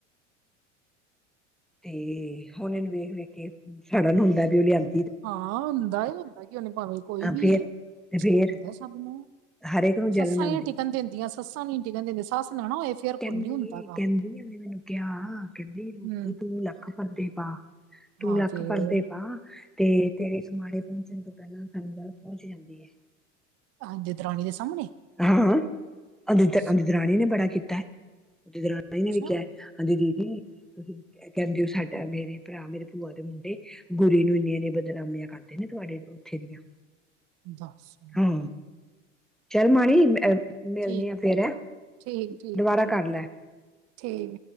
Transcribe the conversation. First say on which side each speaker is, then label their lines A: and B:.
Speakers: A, in the centre; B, on the right.
A: ਤੇ ਹੁਣ ਇਹਨੂੰ ਵੇਖ ਵੇਖ ਕੇ ਸਾੜਨ ਹੁੰਦਾ ਵੀ ਉਹ ਲਿਆਂਦਾ
B: ਹਾਂ ਹੁੰਦਾ ਹੁੰਦਾ ਕਿ ਉਹਨੇ ਭਾਵੇਂ ਕੋਈ
A: ਆ
B: ਵੀ
A: ਫੇਰ
B: ਏ।
A: ਤੇ ਫੇਰ
B: ਹੁੰਦਾ ਸਭ ਨੂੰ
A: ਹਰੇਕ ਨੂੰ
B: ਸੱਸਾਂ
A: ਜਲਣ
B: ਹੀਆਂ
A: ਆਂਦੀ
B: ਟਿਕਣ ਦਿੰਦੀਆਂ। ਸੱਸਾ ਨੀ ਟਿਕਣ ਦਿੰਦਿਆ ਸਸ ਨਾ ਹੋਏ ਫੇਰ
A: ਕਹਿੰਦੀ
B: ਕੋਈ ਨੀ ਹੁੰਦਾ ਗਾ।
A: ਕਹਿੰਦੀ ਉਹਨੇ ਮੈਨੂੰ ਕਿਹਾ ਕਹਿੰਦੀ ਰੋਜੀ
B: ਹੂੰ।
A: ਤੂੰ ਲੱਖ ਪਰਦੇ ਪਾ। ਤੂੰ
B: ਹਾਂ
A: ਲੱਖ
B: ਫੇਰ
A: ਪਰਦੇ ਪਾ। ਤੇ ਤੇਰੇ ਸਮਾਣੇ ਪਹੁੰਚਣ ਤੋਂ ਪਹਿਲਾਂ ਸਾਨੂੰ ਬਾਦ ਪਹੁੰਚ ਜਾਂਦੀ ਏ।
B: ਹਾਂਜੀ ਦਰਾਣੀ ਦੇ ਸਾਹਮਣੇ
A: ਹਾਂ ਅਦਿਤ
B: ਦੱਸ
A: ਅਦਿਤ ਰਾਣੀ ਨੇ ਬੜਾ ਕੀਤਾ ਅਦਿਤ ਰਾਣੀ
B: ਅੱਛਾ
A: ਨੇ ਵੀ ਕਿਹਾ। ਕਹਿੰਦੀ ਦੀਦੀ ਤੁਸੀਂ ਕਹਿੰਦੇ ਹੋ ਸਾਡਾ ਮੇਰੇ ਭਰਾ ਮੇਰੇ ਭੂਆ ਦੇ ਮੁੰਡੇ ਗੁਰੀ ਨੂੰ ਇੰਨੇ ਇੰਨੇ ਬਦਨਾਮੀਆਂ ਕਰਦੇ ਨੇ ਤੁਹਾਡੇ ਉੱਥੇ ਦੀਆਂ
B: ਦੱਸ।
A: ਹੂੰ। ਚਲ ਮਾਣੀ ਮਿਲਨੀ
B: ਠੀਕ
A: ਆ ਫੇਰ ਐਂ,
B: ਠੀਕ ਠੀਕ
A: ਦੁਬਾਰਾ
B: ਠੀਕ
A: ਕਰ ਲੈ।
B: ਠੀਕ।